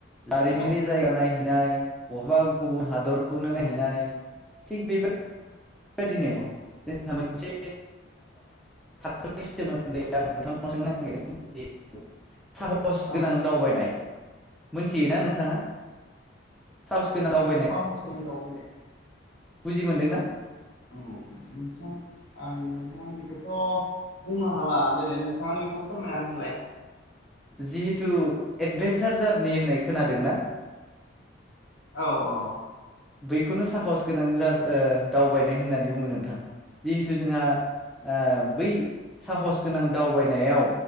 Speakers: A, in the centre; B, on the left.
A: जारिमिननि
B: औ
A: जायगा नायनाय नायनाय बहाबा गुबुन हादरखौनो
B: औ
A: नायहैनाय थिग बेबाय बेबायदिनो
B: नंगौ
A: जोंहा मोनसे थाखोनि सोमोन्दै आं नोंथांनाव सोंनो नागिरदों आरोखि साहस गोनां
B: औ
A: दावबायनाय मोनथियोना नोंथाङा साहस गोनां दावबायनाय
B: साहसगोनां दावबायायनो
A: बुजि मोनदोंना
B: औ नोंथां आं नोंथां बेखौथ' बुंनो हाला देलाय नोंथाङानो बेखौ फोरमायनानै होलाय
A: जिहेथु एदभेन्सार जार्नि होननाय खोनादोंना
B: औ-औ
A: बैखौनो साहस गोनां दावबायनाय होननानै बुङो नोंथां जिहेथु जोंहा आ
B: आदसा
A: बै साहस गोनां दावबायनायाव